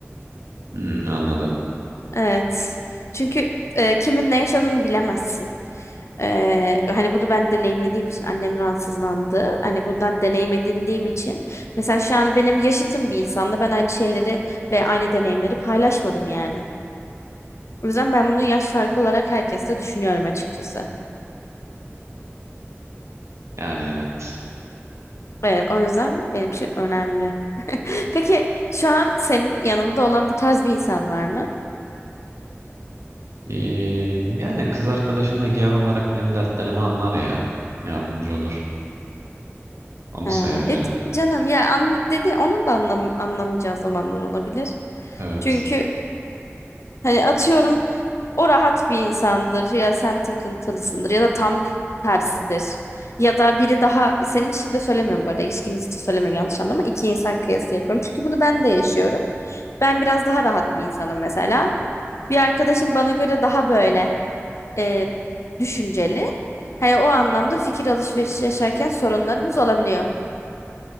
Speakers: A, on the right; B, on the left.
A: hmm, anladım.
B: Evet. Çünkü e, kimin ne yaşadığını bilemezsin. E, hani bunu ben deneyimlediğim için annem rahatsızlandı. Hani buradan deneyim edindiğim için. Mesela şu an benim yaşıtım bir insanla ben aynı şeyleri ve aynı deneyimleri paylaşmadım yani. O yüzden ben bunu yaş farkı olarak herkesle düşünüyorum açıkçası.
A: Yani evet.
B: E, o yüzden benim için önemli. <laughs> Peki şu an senin yanında olan bu tarz bir insan var mı?
A: Ee, yani kız arkadaşım da genel olarak benim dertlerimi anlar ya. Yardımcı olur. Onu
B: Ha,
A: sayabilirim.
B: e tabii canım ya an, dedi onun da anlam anlamayacağı zamanlar olabilir.
A: Evet.
B: Çünkü Hani atıyorum o rahat bir insandır ya sen takıntılısındır ya da tam tersidir. Ya da biri daha senin için de söylemiyorum bu arada ilişkiniz için söylemiyorum yanlış anlama. İki insan kıyası yapıyorum çünkü bunu ben de yaşıyorum. Ben biraz daha rahat bir insanım mesela. Bir arkadaşım bana göre daha böyle e, düşünceli. Hani o anlamda fikir alışverişi yaşarken sorunlarımız olabiliyor.